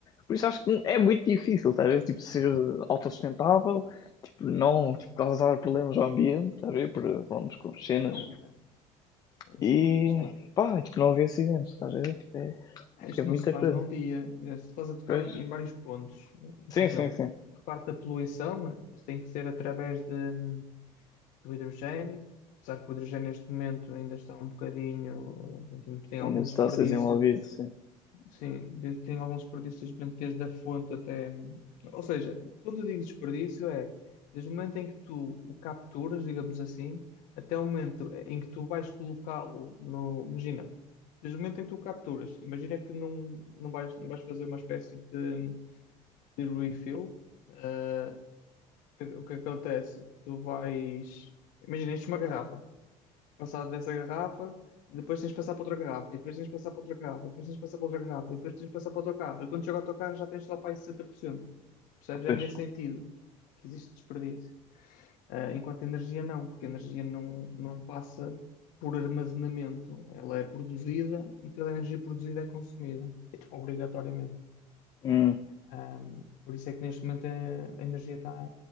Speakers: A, on the left; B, on the left.
A: Por isso acho que é muito difícil, estás a ver? Tipo, ser autossustentável, tipo, não, tipo, causar problemas ao ambiente, estás a ver? Por, pronto, com cenas.
B: Não, assim,
A: E,
B: isto
A: pá, tipo, não haver acidentes, estás a ver? Tipo, é,
B: não,
A: acho
B: isto
A: que é muita
B: não se faz
A: coisa.
B: num dia. Estás a tocar
A: Pois.
B: em, em vários pontos. eh,
A: Sim,
B: Por exemplo,
A: sim, sim.
B: a parte da poluição, isso tem que ser através de, do hidrogênio. Apesar que o hidrogênio neste momento ainda está um bocadinho, eh, pronto, ainda tem
A: Ainda
B: algum
A: está
B: desperdício
A: a ser desenvolvido, sim.
B: Sim, de- tem alguns desperdícios mesmo desde a fonte até. Ou seja, quando eu digo desperdício é desde o momento em que tu o capturas, digamos assim, até o momento em que tu vais colocá-lo no. Imagina, desde o momento em que tu o capturas, imagina que não, não vais, não vais fazer uma espécie de, de refill. eh, o que o que acontece? Tu vais. Imagina, enches uma garrafa passado dessa garrafa, depois tens de passar para outra garrafa, e depois tens de passar para outra garrafa, e depois tens de passar para outra garrafa, e depois tens de passar para o teu carro. E quando chega ao teu carro já tens só para aí 60%. Percebes?
A: Pois.
B: É nesse sentido que existe desperdício. Ah, enquanto a energia não, porque a energia não, não passa por armazenamento. Ela é produzida e toda a energia produzida é consumida, obrigatoriamente.
A: Hum.
B: Ah, por isso é que neste momento a, a energia está.